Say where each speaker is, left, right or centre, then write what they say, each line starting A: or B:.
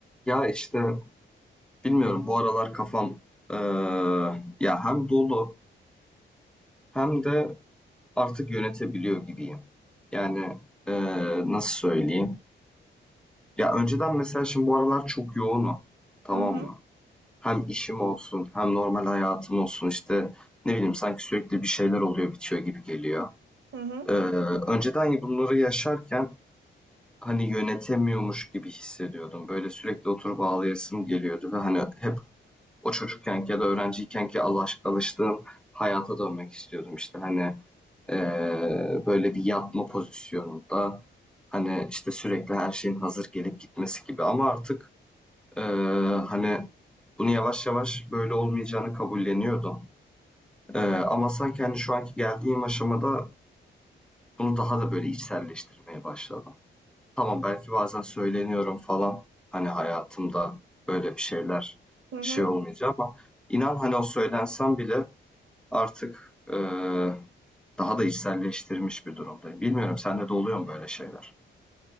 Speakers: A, in the centre; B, on the right.
A: Ya işte bilmiyorum bu aralar kafam eee, ya hem dolu hem de artık yönetebiliyor gibiyim. Yani eee, nasıl söyleyeyim? Ya önceden mesela şimdi bu aralar çok yoğunum. Tamam
B: Hı hı,
A: mı? Hem işim olsun hem normal hayatım olsun işte ne bileyim sanki sürekli bir şeyler oluyor bitiyor gibi geliyor.
B: hı hı,
A: Eee, önceden bunları yaşarken hani yönetemiyormuş gibi hissediyordum. Böyle sürekli oturup ağlayasım geliyordu ve hani hep o çocukkenki ya da öğrenciykenki alaş- alıştığım hayata dönmek istiyordum. İşte hani eee, böyle bir yatma pozisyonunda hani işte sürekli her şeyin hazır gelip gitmesi gibi ama artık eee, hani bunu yavaş yavaş böyle olmayacağını kabulleniyordum. Eee, ama sanki hani şu anki geldiğim aşamada bunu daha da böyle içselleştirmeye başladım. Tamam belki bazen söyleniyorum falan hani hayatımda böyle bir şeyler
B: hı hı.
A: şey olmayacak ama inan hani o söylensem bile Artık, eee, daha da içselleştirmiş bir durumdayım. Bilmiyorum sende de oluyor mu böyle şeyler?